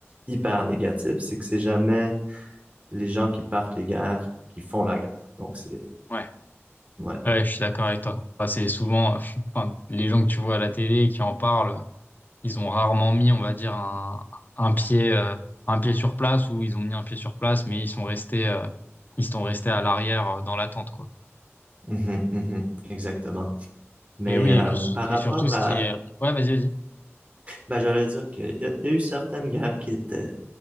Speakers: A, on the right (about 30°); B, on the left (about 40°).
A: hyper négatif. C'est que c'est jamais les gens qui partent les guerres qui font la guerre. Donc, c'est,
B: Ouais.
A: ouais.
B: Ouais, je suis d'accord avec toi. Enfin, c'est souvent, euh, <laughs> enfin, les gens que tu vois à la télé qui en parlent, ils ont rarement mis, on va dire, un, un pied, euh, un pied sur place ou ils ont mis un pied sur place, mais ils sont restés, euh, ils sont restés à l'arrière, euh, dans l'attente, quoi.
A: Mhm, mhm, exactement. Mais
B: Mais oui,
A: euh,
B: et puis,
A: par
B: et
A: rapport
B: surtout, ce
A: à,
B: qui est, ouais, vas-y, vas-y.
A: ben, j'allais dire qu'il y, a il y a eu certaines guerres qui étaient